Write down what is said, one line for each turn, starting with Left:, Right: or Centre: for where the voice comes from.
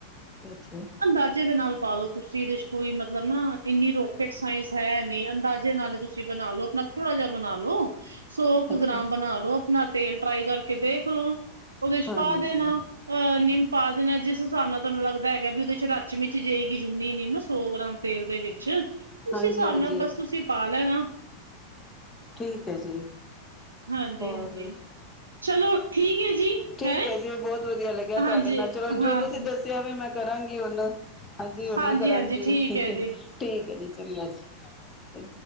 Left: ਅੱਛਾ
Right: ਅੰਦਾਜ਼ੇ ਦੇ ਨਾਲ ਪਾ ਲਓ ਤੁਸੀਂ ਇਹਦੇ ਚ ਕੋਈ ਮਤਲਬ ਨਾ ਇੰਨੀ ਰੋਕਟ ਸਾਇੰਸ ਹੈ ਨਹੀਂ ਅੰਦਾਜ਼ੇ ਨਾਲ ਹੀ ਤੁਸੀਂ ਬਣਾ ਲੋ ਆਪਣਾ ਥੋੜਾ ਜਿਹਾ ਬਣਾ ਲੋ ਸੌ ਕੁ
Left: ਅੱਛਾ
Right: ਗ੍ਰਾਮ ਬਣਾ ਲਓ ਆਪਣਾ ਤੇਲ ਟਰਾਈ ਕਰਕੇ ਦੇਖ ਲਓ ਉਹਦੇ ਚ
Left: ਹਾਂਜੀ
Right: ਪਾ ਦੇਣਾ ਅਹ ਨਿੰਮ ਪਾ ਦੇਣਾ ਜਿਸ ਹਿਸਾਬ ਨਾਲ ਤੁਹਾਨੂੰ ਲੱਗਦਾ ਹੈਗਾ ਵੀ ਰਚ ਮਿਚ ਜਾਏਗੀ ਜਿੰਨੀ ਨੀਮ ਸੌ ਗ੍ਰਾਮ ਤੇਲ ਦੇ ਵਿੱਚ ਉਸ
Left: ਹਾਂਜੀ
Right: ਹਿਸਾਬ
Left: ਹਾਂਜੀ
Right: ਨਾਲ ਬਸ ਤੁਸੀਂ ਪਾ <unintelligible>
Left: ਠੀਕ ਹੈ ਜੀ
Right: ਹਾਂਜੀ
Left: ਹੋਰ
Right: ਹਾਂਜੀ ਚਲੋ ਠੀਕ ਹੈ ਜੀ
Left: ਠੀਕ
Right: ਹੈਂ
Left: ਹੈ ਜੀ ਬਹੁਤ ਵਧੀਆ ਲੱਗਿਆ ਤੁਹਾਡੇ
Right: ਹਾਂਜੀ
Left: ਨਾਲ ਚਲੋ ਜੋ
Right: ਹਾਂ,
Left: ਤੁਸੀਂ ਦੱਸਿਆ ਹੋਵੇ ਮੈਂ ਕਰਾਂਗੇ ਉਹਨਾਂ ਹਾਂਜੀ ਉਹ ਨਹੀਂ
Right: ਹਾਂਜੀ-ਹਾਂਜੀ
Left: ਕਰਾਂਗੇ
Right: ਠੀਕ ਐ ਜੀ,
Left: ਠੀਕ ਹੈ ਜੀ ਚੰਗਾ ਜੀ